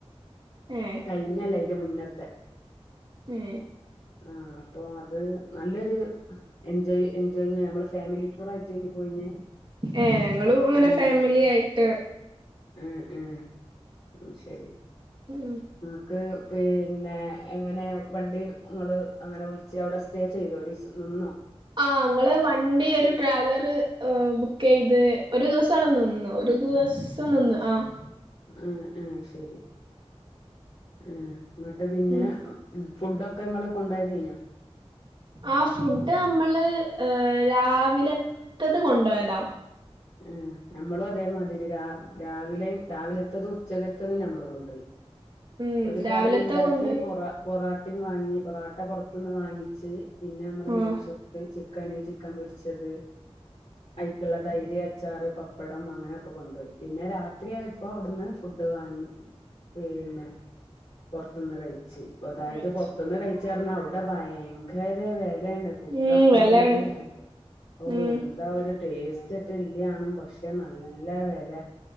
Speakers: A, on the right; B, on the left.
A: ഹേ
B: കഴിഞ്ഞല്ല അയിന്റെ മുന്നത്തെ
A: ഹേ
B: ആഹ് അപ്പൊ അത് നല്ലൊരു എൻജോയ് എൻജോയ്മെന് നമ്മള്സ്കു ഫാമിലി ടൂർ ആയിട്ട്അയിനു പോയിനേ
A: ഏഹ് ഞങ്ങളും അങ്ങനെ
B: ആഹ്
A: ഫാമിലി ആയിട്ട്
B: ആഹ് ആഹ് ഉും ശെരി
A: ഉും
B: ങ്ങക്ക് പിന്നെ എങ്ങനെ വണ്ടി ങ്ങള് അങ്ങനെ വിളിിച്ച അവിടെസ് സ്റ്റേ ചെയ്തോ ഒരിസം നിന്നോ
A: ആ ങ്ങള് വണ്ടി ഒരു ട്രാവലറ് ആഹ് ബുക്ക് ചെയ്ത് ഒരു ദിവസം അവിടെ നിന്നു ഒരു ദിവസം നിന്ന് ആഹ്
B: ആഹ് ആഹ് ശെരി. ആഹ് ങ്ങട്ട് പിന്നെ
A: ഉം
B: ഫുഡൊക്കെങ്ങള് ക്കൊണ്ടായത്അയിനോ?
A: ആഹ് ഫുഡ് നമ്മള് ഏ രാവിലത്തത് കൊണ്ടുപോയതാ
B: ആ നമ്മളും അതേമാതിരി രാവിലെ രാവിലത്തതും ഉച്ചകത്തതും നമ്മൾ കൊണ്ടുപോയി
A: ഉം
B: ഒരു കറി
A: രാവിലത്തെ
B: ഉണ്ടാക്കി
A: കൊണ്ടോയി
B: പൊറ പൊറോട്ട വാങ്ങി പൊറട്ട പൊറത്തൊന്ന് വാങ്ങിച്ച് പിന്നെ നമ്മള് നെയച്ചു
A: ആഹ്
B: ചിക്കന് ചിക്കൻ പൊരിച്ചത് അയ്ക്കുള്ള തൈര് ച്ചാറ് പപ്പടം അങ്ങനെയൊക്കെ കൊണ്ടുപോയി പിന്നെ രാത്രിയയപ്പോ അവിടുന്ന് ഫുഡ് വാങ്ങി പിന്നെ പുറത്തുന്ന് കഴിച്ചു അതായത്
A: കഴിച്ചു
B: പുറത്തന്ന് കഴിച്ച പറഞ്ഞാൽ അവിടെ ഭയങ്കര വിലയാണ് ഫുഡ
A: ഉം
B: ഒക്കെറിഞ്ഞാല്
A: വെലേണ്
B: ഓ
A: ഉം
B: എന്താ ഒരു ടേസ്റ്റ് ഇല്ല്യണും പക്ഷെ നല്ല വില